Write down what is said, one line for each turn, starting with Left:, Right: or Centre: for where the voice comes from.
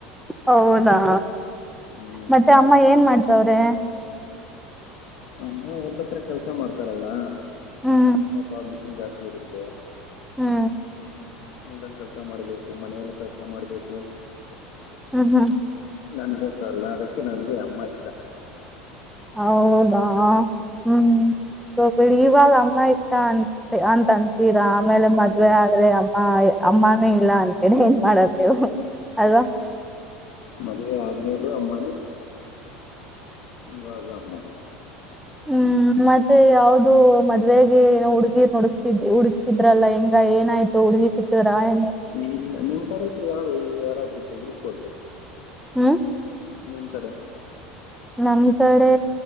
Centre: ಹೌದಾ
Left: ಹ್ಮ್
Centre: ಮತ್ತೆ ಅಮ್ಮ ಏನ್ ಮಾಡ್ತವ್ರೆ
Left: ಅಮ್ಮ ಒಲ್ದಾತ್ರ ಕೆಲ್ಸ ಮಾಡ್ತಾರಲ್ಲ
Centre: ಹ್ಮ್
Left: ಪಾಪ ಬಿಸಿ ಜಾಸ್ತಿರುತ್ತೆ
Centre: ಹ್ಮ
Left: ಹೊಲದಲ್ಲಿ ಕೆಲಸ ಮಾಡ್ಬೇಕು ಮನೆಯಲ್ಲಿ ಕೆಲಸ ಮಾಡ್ಬೇಕು
Centre: ಹ್ಮ್ ಹ್ಮ್
Left: ನನ್ಗೋಸರ ಅಲ್ಲ ಅದಕ್ಕೆ ನಂಗೆ ಅಮ್ಮ ಇಷ್ಟ
Centre: ಹೌದಾ ಹ್ಮ್ ಬಿಡಿ ಇವಾಗ ಅಮ್ಮ ಇಷ್ಟ ಅ ಅಂತ ಅನ್ಂತೀರಾ ಆಮೇಲೆ
Left: ಹ್ಮ್.
Centre: ಮದ್ವೆ ಆದ್ರೆ ಅಮ್ಮ ಅಮ್ಮಾನೇ ಇಲ್ಲ ಅಂತೀರ ಏನ್ ಮಾಡದ್ ನೀವು ಅಲ್ವಾ
Left: ಮದ್ವೆ ಆದ್ಮೇಲೂ ಅಮ್ಮನೇ ಇವಾಗು ಅಮ್ಮನೇ
Centre: ಹ್ಮ್ ಮತ್ತೆ ಯಾವ್ದ ಮದ್ವೆಗೆ ಏನೋ ಹುಡ್ಗಿರ್ ಹುಡುಕ್ತಿಡ್ ಹುಡ್ಕ್ತಿದ್ರಲ್ಲ ಹೆಂಗ ಏನಾಯ್ತು ಹುಡ್ಗಿ ಸಿಕ್ಕದ್ರ ಏನು
Left: ಇಲ್ಲ ನಿಮ್ ಕಡೆ ಇದ್ರೆ ಹೇಳಿ ಯಾರಾದ್ರೂ ಇದ್ರೆ ಹುಡ್ಕ್ ಕೊಡ್ರಿ
Centre: ಹ್ಮ್
Left: ನಿಮ್ ಕಡೆ
Centre: ನಮ್ ಕಡೆ